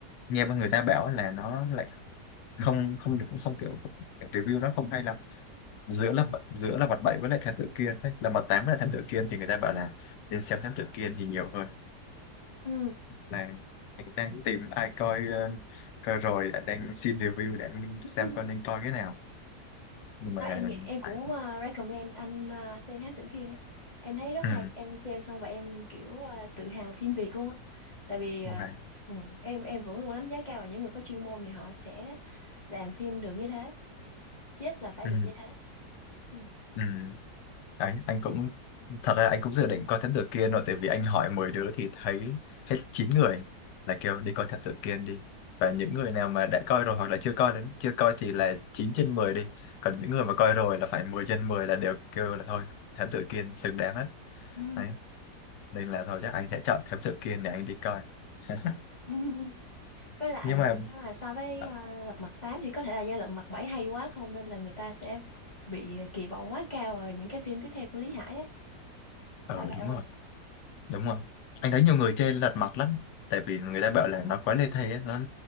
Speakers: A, on the left (about 85°); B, on the left (about 30°).
A: nghe người ta bảo là nó lại không không được không kiểu review nó không hay lắm giữa là giữa là mặt bảy với lại thám tử kiên ấy. là mặt tám với lại thám tử kiên thì người ta bảo là nên xem thám tử kiên thì nhiều hơn
B: ừ
A: này anh cũng đang tìm ai coi ờ, coi rồi anh đang xin review để anh
B: <laughs>
A: xem coi nên coi cái nào nhưng mà
B: Đó, em nghĩ em cũng
A: à,
B: ờ, recommend anh ờ, xem Thám Tử Kiên ấy. Em thấy rất
A: ừ.
B: hay, em xem xong và em kiểu ờ, tự hào phim Việt luôn á. Tại vì ờ,
A: ok
B: ừ, em em vẫn luôn đánh giá cao vào những người có chuyên môn thì họ sẽ làm phim được như thế, chết là phải
A: ừ.
B: được như thế. Ừ.
A: Ừ. Đấy, anh cũng thật ra anh cũng dự định coi Thám Tử Kiên rồi tại vì anh hỏi 10 đứa thì thấy hết 9 người là kêu đi coi Thám Tử Kiên đi và những người nào mà đã coi rồi hoặc là chưa coi đến chưa coi thì là 9 trên 10 đi còn những người mà coi rồi là phải mười trên mười là đều kêu là thôi Thám Tử Kiên xứng đáng hết
B: Ừ.
A: Đấy. nên là thôi chắc anh sẽ chọn Thám Tử Kiên để anh đi coi <laughs>
B: <laughs> Với lại
A: nhưng mà
B: à, nếu mà so với
A: ờ
B: à, lật mặt tám thì có thể là do lật mặt bảy hay quá không nên là người ta sẽ bị ờ, kỳ vọng quá cao ở những cái phim tiếp theo của Lý Hải ấy.
A: ừ,
B: Phải vậy
A: đúng
B: không
A: rồi
B: anh?
A: đúng rồi anh thấy nhiều người chơi lật mặt lắm tại vì người ta bảo là nó quá lê thê á nó